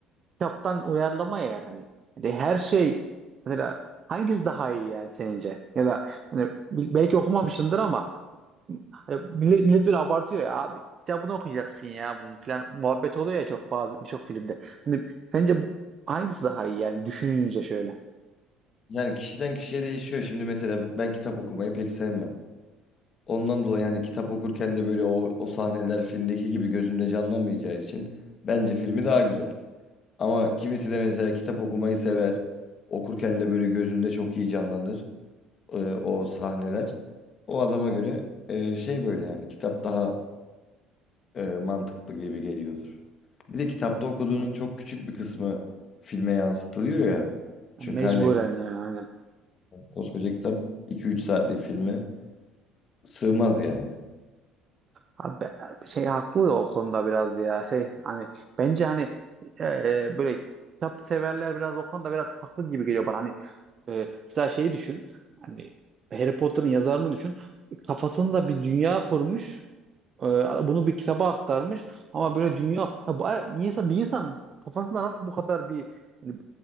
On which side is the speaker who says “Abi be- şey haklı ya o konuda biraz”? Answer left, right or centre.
Right